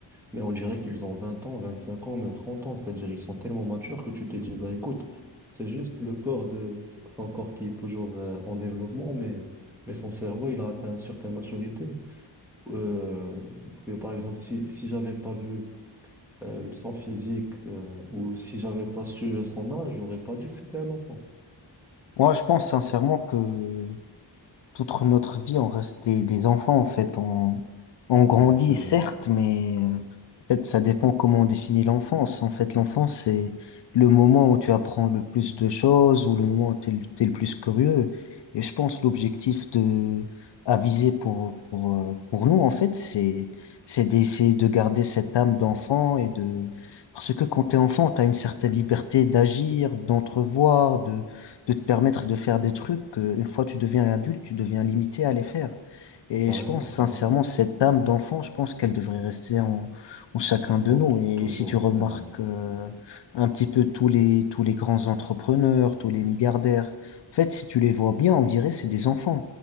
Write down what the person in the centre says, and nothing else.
Mais on dirait qu'ils ont 20 ans, 25 ans, même 30 ans. C'est-à-dire ils sont tellement matures que tu te dis, bah écoute, c'est juste le corps de son corps qui est toujours euh, en développement, mais, mais son cerveau, il a atteint une certaine maturité. Euh, que, par exemple, si, si j'avais pas vu euh, son physique euh, ou si j'avais pas su euh, son âge, j'aurais pas dit que c'était un enfant.
Ouais, c'est vrai.
Carrément,
carrément.
En-
en-
tou-
toujours,
ouais.